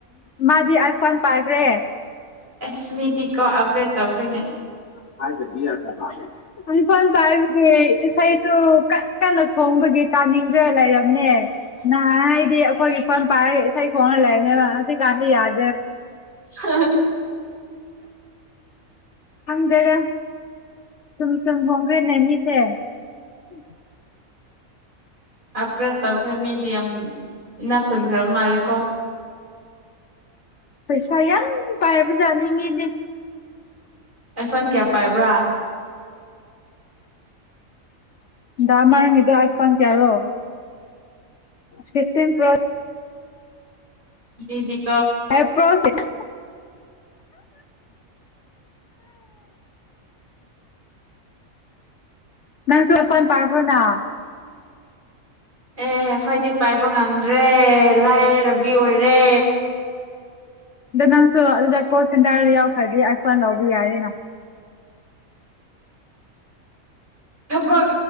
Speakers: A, on the left; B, on the right.
A: ꯃꯥꯗꯤ ꯑꯥꯏꯐꯣꯟ ꯄꯥꯏꯈ꯭ꯔꯦ
B: ꯑꯦꯁꯃꯤꯗꯤ ꯀꯣ ꯑꯞꯗꯦꯠ ꯇꯧꯈꯅꯦ
A: ꯏꯝꯐꯜ ꯄ ꯍꯥꯏꯕꯒꯤ ꯏꯁꯩꯗꯨ ꯀ ꯀꯟꯅ ꯁꯣꯡꯕꯒꯤ ꯇꯥꯅꯤꯡꯕ ꯂꯩꯔꯕꯝꯅꯦ ꯅꯍꯥꯟ ꯍꯥꯏꯗꯤ ꯑꯩꯈꯣꯏꯒꯤ ꯐꯣꯟ ꯄꯥꯏꯔ ꯑꯁ ꯀꯣꯟ ꯂ ꯂꯩꯒꯦꯗꯤ ꯀꯥꯟ ꯌꯥꯗ
B: ꯎꯝ
A: ꯑꯗꯔ ꯁꯨꯝ ꯁꯨꯝ ꯍꯣꯡꯈ꯭ꯔꯦꯅꯦ ꯃꯤꯁꯦ ꯎꯝ
B: ꯑꯞꯒ꯭ꯔꯦꯗ ꯇꯧꯈ꯭ꯔꯦ ꯃꯦꯗꯤꯌꯝ ꯏꯅꯥꯈꯨꯟꯈ꯭ꯔ ꯃꯥꯜꯂꯤꯦꯀꯣ
A: ꯄꯩꯁ ꯌꯥꯝ ꯄꯥꯏꯔꯕꯨ ꯆꯅꯤ ꯃꯤꯗꯤ
B: ꯑꯩ ꯐꯟ ꯀꯌꯥ ꯄꯥꯏꯕ꯭ꯔꯥ
A: ꯗ ꯑꯃꯔ ꯃꯤꯗ ꯑꯄ ꯇꯔꯣ ꯐꯇꯤꯟ ꯄ
B: <unintelligible>
A: ꯑꯦ ꯐ꯭ꯔꯣꯁꯦꯅ ꯃ ꯇꯂ ꯐꯣꯟ ꯄꯥꯔꯔꯕꯅ
B: ꯑꯦ ꯑꯩꯈꯣꯏꯗꯤ ꯄꯥꯏꯕ ꯉꯝꯗ꯭ꯔꯦ ꯂꯥꯏꯔꯕꯤ ꯑꯣꯏꯔꯦ
A: ꯑꯗꯣ ꯅꯪꯁꯨ ꯑꯗꯨꯗ ꯀꯣꯔ ꯁꯦꯟꯇꯔ ꯌꯥꯎꯈ꯭ꯔꯗꯤ ꯑꯄꯅ ꯂꯧꯕ ꯌꯥꯔꯤꯅ
B: ꯊꯕꯛ